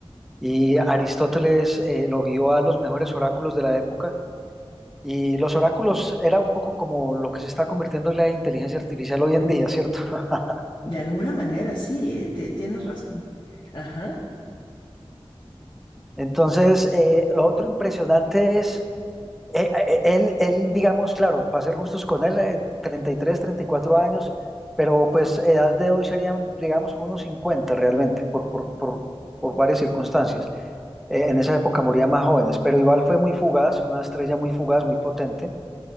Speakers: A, in the centre; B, on the left.
A: y Aristóteles eh, lo guió a los mejores oráculos de la época Y los oráculos era un poco como lo que se está convirtiendo en la inteligencia artificial hoy en día, ¿cierto? <laughs>
B: De alguna manera, sí, eh, te- tienes razón. Ajá.
A: Entonces, eh, lo otro impresionante es, eh, eh, él, él, digamos, claro, para ser justos con él, eh, 33, 34 años, pero pues edad de hoy serían, digamos, como unos 50 realmente, por, por, por, por varias circunstancias. Eh, en esa época morían más jóvenes, pero igual fue muy fugaz, una estrella muy fugaz, muy potente.